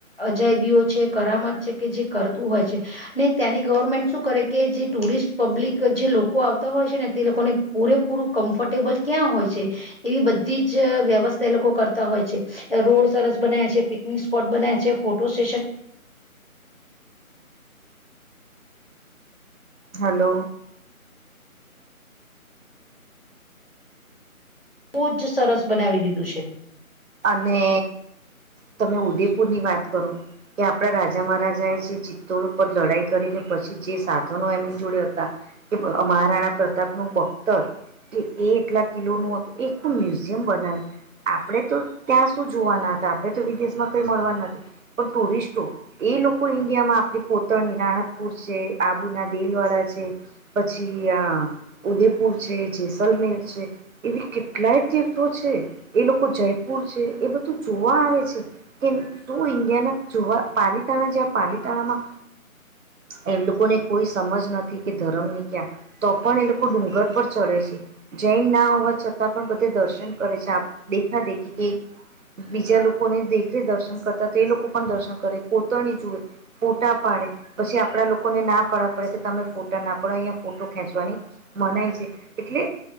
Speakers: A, on the left; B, on the right.
A: અજાયબીઓ છે કરામત છે કે જે કરતું હોય છે ને ત્યાંની ગવર્મેન્ટ શું કરે કે જે ટુરિસ્ટ પબ્લિક જે લોકો આવતા હોય છે ને તે લોકોને પૂરેપૂરું કમ્ફર્ટેબલ ક્યાં હોય છે એવી બધી જ વ્યવસ્થા એ લોકો કરતા હોય છે રોડ સરસ બનાયા છે પિકનિક સ્પોટ બનાયા છે ફોટો સ્ટેશન
B: હલો
A: બહુ જ સરસ બનાવી દીધું છે
B: અને તમે ઉદેપુર ની વાત કરો કે આપણા રાજા મહારાજા એ જે ચિત્તો પર લડાઈ કરીને પછી જે સાધનો એમની જોડે હતા કે મહારાણા પ્રતાપનું પક્ત કે એ એટલા કિલોનું હતું એકું મ્યુઝિયમ બનાવ્યું આપણે તો ત્યાં શું જોવાના હતા આપણે તો વિદેશમાં કઈ મળવા નથી પણ ટુરિસ્ટો એ લોકો ઇન્ડિયા માં આપણે કોતરણી રાણકપુર છે આબુના દેલવાડા છે પછી આ ઉદેપુર છે જેસલમેર છે એવી કેટલાય તીર્થો છે એ લોકો જયપુર છે એ બધું જોવા આવે છે કે શું ઇન્ડિયાના જુવા પાલીતાણા છે પાલીતાણામાં એમ લોકોને કોઈ સમજ નથી કે ધરમ ની ક્યાં તો પણ એ લોકો ડુંગર પર ચડે છે જૈન ના હોવા છતાં પણ બધે દર્શન કરે છે આ દેખા દેખી ક બીજા લોકોને દેખે દર્શન કરતા તે લોકો પણ દર્શન કરે કોતરણી જુએ ફોટા પાડે પછી આપડા લોકોને ના પાડવા પડે કે તમે ફોટા ના પડો અહીયાંયા ફોટો ખેંચવાની મનાઈ છે એટલે